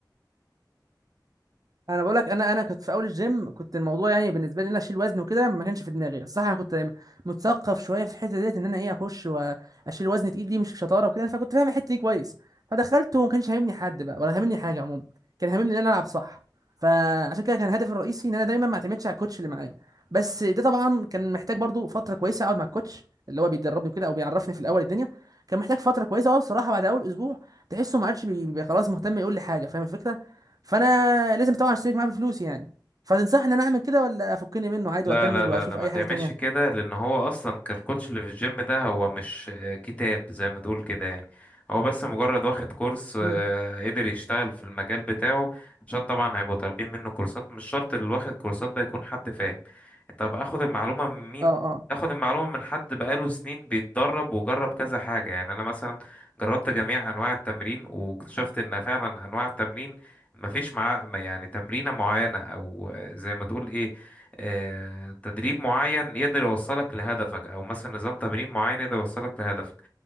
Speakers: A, on the right; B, on the left.
A: انا بقول لك انا انا كنت في اول الجيم كنت الموضوع يعني بالنسبه لي ان انا اشيل وزن وكده ما كانش في دماغي صح انا كنت متثقف شويه في الحته ديت ان انا ايه اخش واشيل وزن تقيل دي مش شطاره وكده فكنت فاهم الحته دي كويس فدخلت وما كانش هاممني حد بقى ولا هاممني حاجه عموما كان هاممني ان انا العب صح فعشان كده كان هدفي الرئيسي ان انا دايما ما اعتمدش على الكوتش اللي معايا بس ده طبعا كان محتاج برضو فتره كويسه اقعد مع الكوتش اللي هو بيدربني وكده او بيعرفني في الاول الدنيا كان محتاج فتره كويسه هو بصراحه بعد اول اسبوع تحسه ما عادش بي... بي- خلاص مهتم يقول لي حاجه فاهم الفكره فانا لازم طبعا اشترك معاه بفلوس يعني فتنصحني ان انا اعمل كده ولا افكني منه عادي
B: لا
A: واكمل
B: لا لا
A: واشوف
B: لا ما
A: اي
B: تعملش
A: حاجه تانية
B: كده لان هو اصلا كالكوتش اللي في الجيم ده هو مش آه، كتاب زي ما تقول كده يعني هو بس مجرد واخد كورس آه،
A: مم.
B: قدر يشتغل في المجال بتاعه عشان طبعا هيبقوا طالبين منه كورسات مش شرط اللي واخد كورسات ده يكون حد فاهم طب اخد المعلومة من مين
A: اه اه
B: اخد المعلومة من حد بقاله سنين بيتدرب وجرب كذا حاجة يعني انا مثلا جربت جميع انواع التمرين واكتشفت ان فعلا انواع التمرين مفيش معاه يعني تمرينة معينة او آه، زي ما تقول ايه آه، تدريب معين يقدر يوصلك لهدفك او مثلا نظام تمرين معين يقدر يوصلك لهدفك